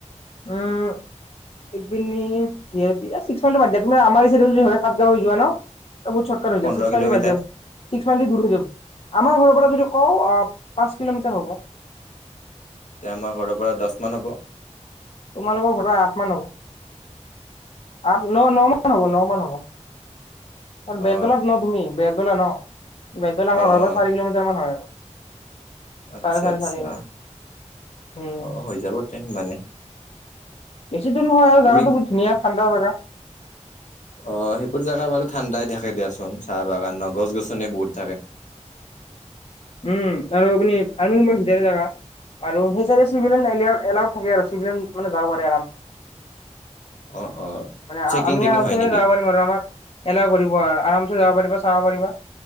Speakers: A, on the left; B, on the left.
A: উম এইপিনে ছিক্স মাইলৰ বাদ দিয়া তুমি আমাৰ ই সাতগাঁও হৈ যোৱা ন এ বুত চটকাৰ হৈ
B: পোন্ধৰ
A: য ছিক্স মাৰ
B: কিলোমিটাৰ
A: দিম ছিক্স মাইল দূৰ হৈ যাব আমাৰ ঘৰৰ পৰা যদি কওঁ পাঁচ কিলোমিটাৰ হ'ব।
B: এতিয়া আমাৰ ঘৰৰ পৰা দহ মান হ'ব।
A: তোমালোকৰ ঘৰ আঠ মান হব আঠ ন ন মান হ'ব ন মান হ'ব বেলতলত
B: অ
A: ন তুমি ব বেদলা ন বেদলা আমাৰ
B: অ
A: ঘৰৰ
B: অ
A: পৰা চাৰি কিলোমিটাৰ মান হয় আৰু
B: আচ্ছা
A: চাৰে চাৰি
B: আচ্ছা
A: চাৰি এনেকুৱা উম।
B: অ হৈ যাব তে সিমানে
A: বেছি দূৰ নহয় আৰু
B: তুমি
A: জগাত বহু ধুনীয়া ঠাণ্ডা জাগা
B: অ সেইবোৰ জেগা বাৰু ঠাণ্ডাই থাকে দিয়াচোন চাহ বাগান ন গছ গছনি বহুত থাকে
A: উম আৰু আপনি ফাৰ্মিংচাৰ জা আৰু সেই চিভিলন এ এলাউড থাকে আৰু চিভিয় মানে যাব পাৰে আৰামচ
B: অ অ
A: মানে
B: চেকিং
A: আমি
B: টেকিং
A: ইয়াৰ আৰমছে
B: হয় নেকি
A: যাব পাৰিম আৰু এলা কৰিব আৰু আৰামচে যাব পাৰিবা চাব পাৰিবা